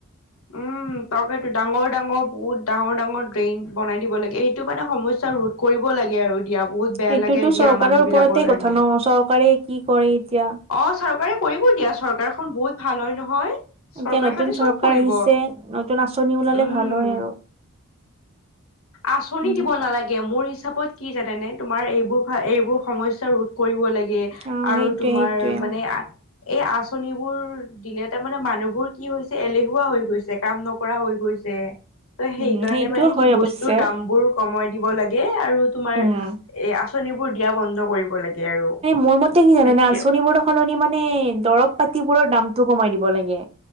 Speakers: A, on the left; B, on the right.
A: উম! তাকেটো ডাঙৰ ডাঙৰ বহুত, ডাঙৰ, ডাঙৰ ড্ৰেইন বনাই দিব লাগে। এইটো মানে সমস্যা ৰোধ কৰিব লাগে আৰু। দিয়া বহুত বেয়া
B: সেইটোতো
A: লাগে দিয়া
B: চৰকাৰৰ
A: মানুহ
B: ওপৰতে
A: বিলাকৰ কাৰণে
B: কথা ন'! চৰকাৰে কি কৰে এতিয়া।
A: অ চৰকাৰে কৰিব দিয়া। চৰকাৰখন বহুত ভাল হয় নহয়।
B: এতিয়া
A: চৰকাৰ
B: নতুন
A: খনে
B: চৰকাৰ
A: চব কৰিব,
B: আহিছে নতুন আঁচনি ওলালে
A: উম!
B: ভাল হয় আৰু
A: আঁচনি
B: সেনেকুৱা
A: দিব নালাগে মোৰ <unintelligible> কি জানেনেে? তোমাৰ এইবোৰ, এইবোৰ সমস্যা ৰোধ কৰিব লাগে। আৰু
B: অ সেইটোয়ে
A: তোমাৰ
B: সেইটোয়ে
A: মানে, এই আঁচনিবোৰ দিলে তাৰমানে মানুহবোৰ কি হৈছে, এলেহুৱা হৈ গৈছে কাম নকৰা হৈ গৈছে। ত'
B: উম
A: সেইকাৰণে
B: সেইটো
A: মানে, কি
B: হয়
A: বস্তুৰ
B: অৱশ্যে
A: দাম বোৰ সময় দিব লাগে। আৰু তোমাৰ
B: উম
A: এ, আ আঁচনিবোৰ দিয়া বন্ধ কৰিব লাগে। আৰু
B: মোৰ মতে কি জানেনে,
A: তেতিয়া
B: আঁচনিবোৰ সলনি মানে, দৰৱ পাতিবোৰৰ দামতটো কমাই দিব লাগে।